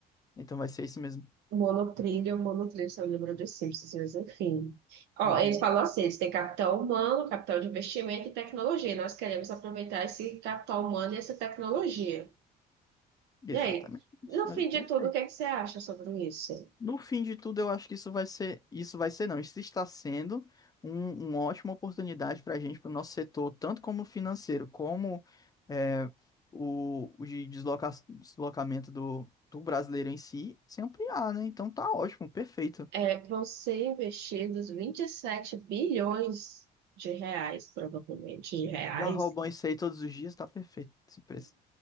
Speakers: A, on the left; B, on the right.
A: Então vai ser isso mesmo.
B: Monotrilho, monotrilho, você lembra dos Simpsons, mas enfim. Ó,
A: Uhum.
B: eles falam assim, eles têm capital humano, capital de investimento e tecnologia. Nós queremos aproveitar esse capital humano e essa tecnologia.
A: Exatamente.
B: E aí, no
A: Aí,
B: fim
A: perfeito.
B: de tudo, o que é que você acha sobre isso?
A: No fim de tudo, eu acho que isso vai ser, isso vai ser não, isso está sendo um, uma ótima oportunidade para a gente, para o nosso setor, tanto como financeiro, como é, o, o de desloca- deslocamento do, do brasileiro em si, se ampliar, né? Então tá ótimo, perfeito.
B: É, vão ser investidos 27 bilhões de reais, provavelmente, de reais.
A: Já roubam isso aí todos os dias, tá perfeito esse preço.